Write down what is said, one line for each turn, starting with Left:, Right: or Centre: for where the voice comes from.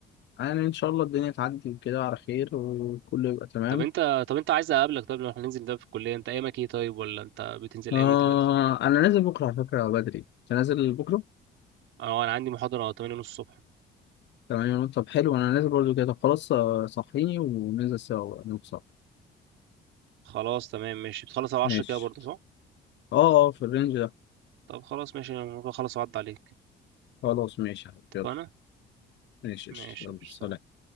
Left: يعني إن شاء الله الدنيا تعدي وكده على خير وكله يبقى تمام
Right: طب أنت طب أنت عايز أقابلك طيب لو احنا ننزل ده في الكلية أنت أيامك إيه طيب ولا أنت بتنزل
Left: آه
Right: أيام إيه دلوقتي؟
Left: أنا نازل بكرة على فكرة بدري أنت نازل بكرة؟
Right: اه انا عندي محاضرة 8 ونص الصبح
Left: تمام يا نور. طب حلو أنا نازل برضو كده طب خلاص آه، صحيني وننزل سوا نوصل
Right: خلاص تمام ماشي بتخلص على 10
Left: ماشي
Right: كده برضه صح
Left: أه أه في الرينج ده
Right: طب خلاص ماشي انا ممكن اخلص واعدي عليك
Left: خلاص ماشي يا حبيبي.
Right: اتفقنا
Left: يلا ماشي
Right: ماشي
Left: قشطة. يلا
Right: مش
Left: سلام